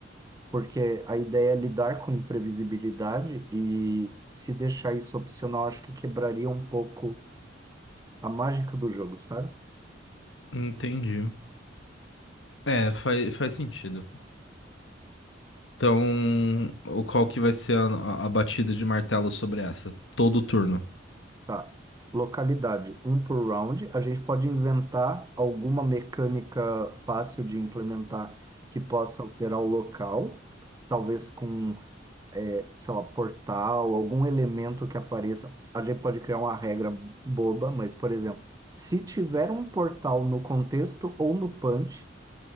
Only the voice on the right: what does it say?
porque a ideia é lidar com imprevisibilidade e se deixar isso opcional, acho que quebraria um pouco a mágica do jogo, sabe?
Tá. Localidade, um por round. A gente pode inventar alguma mecânica fácil de implementar que possa alterar o local, talvez com, eh, sei lá, portal, algum elemento que apareça. A gente pode criar uma regra boba, mas, por exemplo, se tiver um portal no contexto ou no punch,